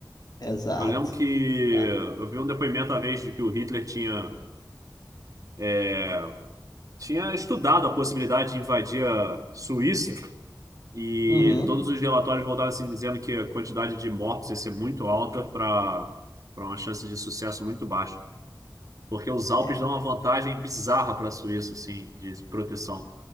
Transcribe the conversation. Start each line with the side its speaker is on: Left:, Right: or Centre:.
Left: Exato.
Right: Eu lembro que
Left: tá.
Right: eu vi um depoimento uma vez de que o Hitler tinha, é, tinha estudado a possibilidade de invadir a Suíça e
Left: Uhum.
Right: todos os relatórios voltaram assim dizendo que a quantidade de mortos ia ser muito alta para para uma chance de sucesso muito baixa. porque os Alpes
Left: É,
Right: dão uma vantagem bizarra para a Suíça, assim, de proteção.